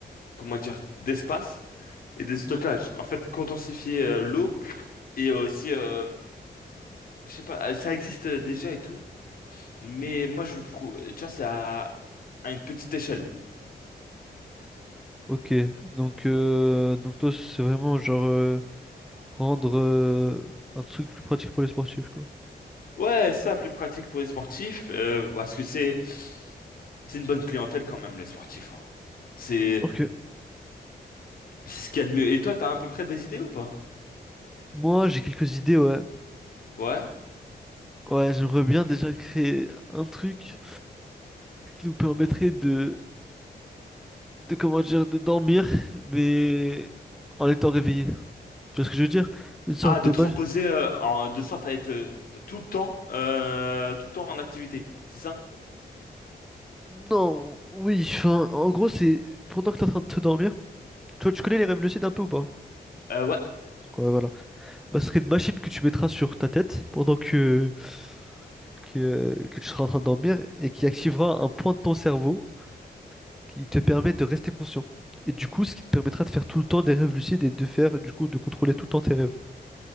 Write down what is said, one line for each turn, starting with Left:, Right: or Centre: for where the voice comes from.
Left: comment dire, d'espace et de stockage.
Centre: Hmm.
Left: En fait, condensifier euh, l'eau et euh, aussi, euh, je sais pas, euh, ça existe euh, déjà et tout, mais moi, je prouve, tu vois, c'est à, à une petite échelle.
Centre: Ok, donc, euh, donc toi, c'est vraiment genre. euh, Rendre euh, un truc plus pratique pour les sportifs, quoi.
Left: Ouais, c'est ça, plus pratique pour les sportifs, euh, parce que c'est, c'est une bonne clientèle quand même, les sportifs, hein. C'est,
Centre: Ok.
Left: c'est ce qu'il y a de mieux. Et toi, t'as à peu près des idées ou pas?
Centre: Moi, j'ai quelques idées, ouais.
Left: Ouais.
Centre: Ouais, j'aimerais bien déjà créer un truc qui nous permettrait de, de comment dire, de dormir, mais en étant réveillé. Tu vois ce que je veux dire? Une sorte
Left: Ah, d'être
Centre: de balle.
Left: reposé euh, en, de sorte à être euh, tout le temps, euh, tout le temps en activité, c'est ça?
Centre: Non, oui, enfin, en gros, c'est pendant que t'es en train de te dormir. Tu vois, tu connais les rêves lucides un peu ou pas?
Left: Euh, ouais.
Centre: Ouais, voilà. Bah, ce serait une machine que tu mettras sur ta tête pendant que, que, que tu seras en train de dormir et qui activera un point de ton cerveau qui te permet de rester conscient. Et du coup, ce qui te permettra de faire tout le temps des rêves lucides et de faire, du coup, de contrôler tout le temps tes rêves.